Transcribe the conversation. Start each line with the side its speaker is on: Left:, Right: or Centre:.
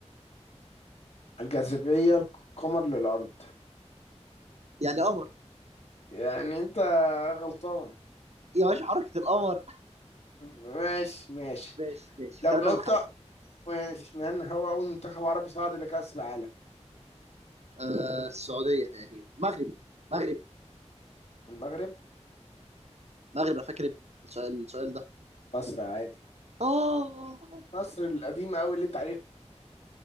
Left: الجاذبيه القمر للارض
Right: يعني قمر
Left: يعني انت غلطان
Right: يا باشا حركة القمر
Left: ماشي ماشي
Right: ماشي ماشي
Left: لو
Right: 3
Left: جاوبت
Right: من 5
Left: ماشي من هو اول منتخب عربي صعد لكأس العالم
Right: آه السعودية تقريبا مغرب مغرب
Left: المغرب
Right: مغرب انا فاكر السؤال السؤال ده
Left: مصر عادي
Right: اه
Left: مصر القديمه قوي اللي انت عارفها